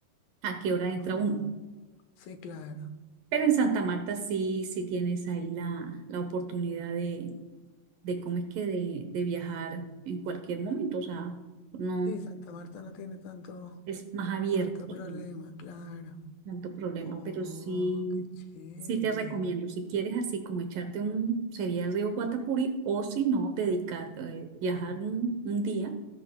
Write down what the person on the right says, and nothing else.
a qué hora entra
uno.
Pero en Santa Marta sí, sí tienes ahí la, la oportunidad de, de, ¿cómo es que? De, de viajar en cualquier momento, o sea, no
es más abierto,
sin
tanto problema,
pero sí,
sí te recomiendo, si quieres así como echarte un, sería el río Guatapuri, o si no, dedicar, eh, viajar un, un día.